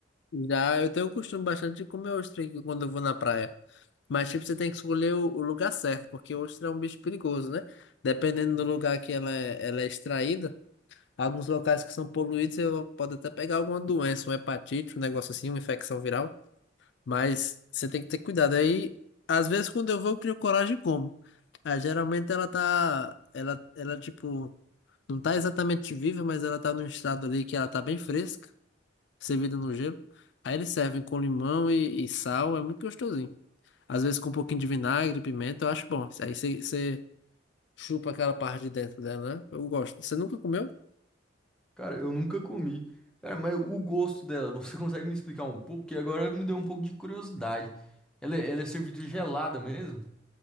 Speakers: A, on the left; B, in the centre.
A: Já eu tenho o costume bastante de comer ostra aqui quando eu vou na praia. Mas, tipo, você tem que escolher o, o lugar certo, porque ostra é um bicho perigoso, né? Dependendo do lugar que ela é, ela é extraída. Alguns locais que são poluídos, eu pode até pegar alguma doença, uma hepatite, um negócio assim, uma infecção viral. Mas você tem que ter cuidado. Aí, às vezes, quando eu vou, eu crio coragem e como. Ah, geralmente ela tá. Ela, ela, tipo, não tá exatamente viva, mas ela tá num estado ali que ela tá bem fresca, servida no gelo. Aí eles servem com limão e, e sal, é muito gostosinho. Às vezes com um pouquinho de vinagre, pimenta, eu acho bom. Aí você você chupa aquela parte de dentro dela, né? Eu gosto. Você nunca comeu?
B: Cara, eu nunca comi. Cara, mas o gosto dela, você <laughs> consegue me explicar um pouco? Que agora me deu um pouco de curiosidade. Ela, é- ela é servida gelada mesmo?